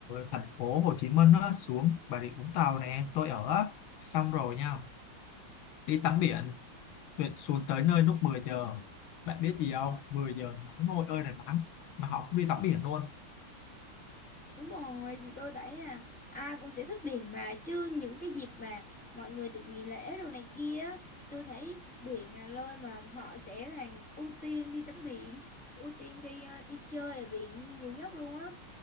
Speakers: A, on the left; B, in the centre.
A: thành phố Hồ Chí Minh á, xuống Bà Rịa Vũng Tàu nè tôi ở á. xong rồi nha đi tắm biển Việc xuống tới nơi lúc mười giờ bạn biết gì không 10 giờ nắng ngồi ơi là nắng mà họ cũng đi tắm biển luôn
B: Đúng rồi, thì tôi thấy là ai cũng sẽ thích biển mà chứ những cái dịp mà mọi người được nghỉ lễ đồ này kia, á, tôi thấy biển là nơi mà họ sẽ là ưu tiên đi tắm biển, ưu tiên đi ờ, đi chơi ở biển nhiều nhất luôn á.